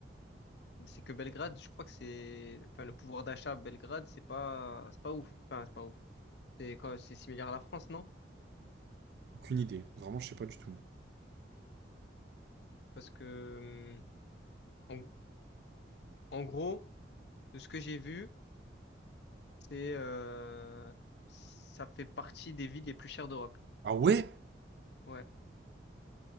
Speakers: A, on the left; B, on the right.
A: c'est que Belgrade, je crois que c'est. Enfin, le pouvoir d'achat à Belgrade, c'est pas... c'est pas ouf. Enfin, c'est pas ouf. C'est quand- c'est similaire à la France, non?
B: Aucune idée. Vraiment, je sais pas du tout.
A: Parce que, hum, en, en gros, de ce que j'ai vu, c'est, euh, ça fait partie des villes les plus chères d'Europe.
B: Ah ouais?
A: Ouais.